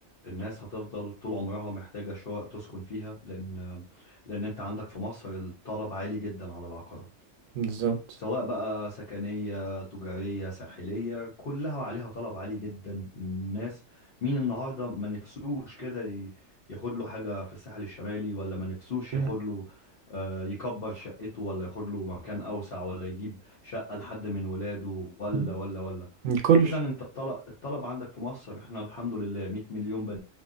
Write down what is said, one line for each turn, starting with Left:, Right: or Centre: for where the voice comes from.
Left: الناس هتفضل طول عمرها محتاجة شقق تسكن فيها لان لان انت عندك في مصر الطلب عالي جدا على العقارات
Right: بالظبط
Left: سواء بقى سكنية تجارية ساحلية كلها عليها طلب عالي جدا الناس مين النهاردة ما نفسوش كده ي- ياخد له حاجة في الساحل الشمالي ولا ما نفسوش
Right: مم.
Left: ياخد له آه، يكبر شقته ولا ياخد له مكان أوسع ولا يجيب شقة لحد من ولاده ولا
Right: مم.
Left: ولا ولا
Right: الكل
Left: اذا انت الطلب الطلب عندك في مصر احنا الحمد لله 100 مليون بني